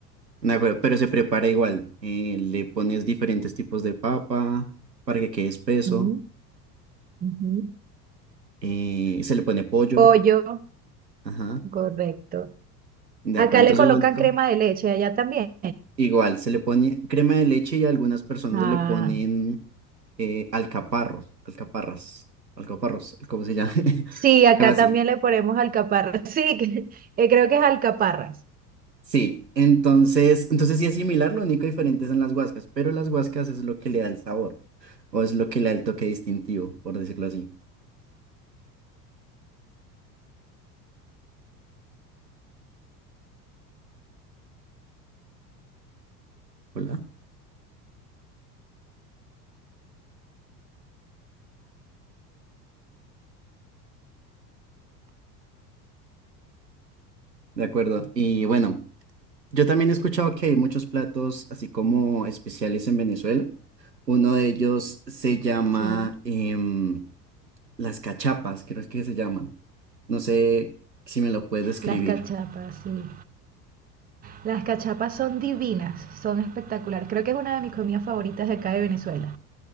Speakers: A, on the right; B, on the right.
A: de acuerdo, pero se prepara igual. eh, le pones diferentes tipos de papa para que quede espeso.
B: Ujú, ujú.
A: eh, se le pone pollo,
B: Pollo,
A: ajá,
B: correcto.
A: de
B: Acá
A: acuerdo. Entonces
B: le colocan
A: lo único...
B: crema de leche, allá también.
A: Igual, se le pone crema de leche y algunas personas
B: Ah,
A: le ponen eh, alcaparros, alcaparras, alcaparros, ¿cómo se llama? <laughs>
B: sí, acá
A: Algo así.
B: también le ponemos alcaparras. <laughs> Sí, que- eh, creo que es alcaparras.
A: Sí, entonces, entonces sí es similar, lo único diferente es en las guascas, pero las guascas es lo que le da el sabor, o es lo que le da el toque distintivo, por decirlo así. Hola. De acuerdo. Y bueno, yo también he escuchado que hay muchos platos así como especiales en Venezuela. Uno de ellos se llama
B: Sí,
A: em, las cachapas, creo que se llaman. No sé si me lo puedes describir.
B: las cachapas, sí. Las cachapas son divinas, son espectaculares. Creo que es una de mis comidas favoritas de acá de Venezuela.